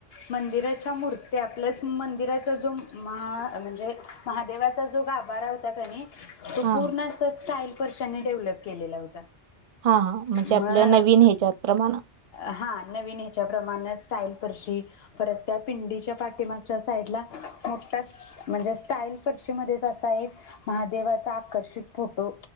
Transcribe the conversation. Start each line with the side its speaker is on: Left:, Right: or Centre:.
Left: मंदिराच्या मूर्ती ते आपल्यास मंदिराचा जो महा म्हणजे, महादेवाचा जो गाभारा होता कने तो
Right: हा
Left: पूर्ण असं स्टाईल फ त्यांनी डेव्हलप केलेला होता.
Right: हा हा म्हणजे
Left: मग
Right: आपल्या नवीन ह्याच्यात प्रमाण
Left: हा नवीन ह्याच्या प्रमाणच टाईल परशी परत त्या पिंडीच्या त्या पाठीमागच्या साईडला मोठा म्हणजे स्टाईल फर्शी मध्येच असा एक महादेव असा आकर्षित फोटो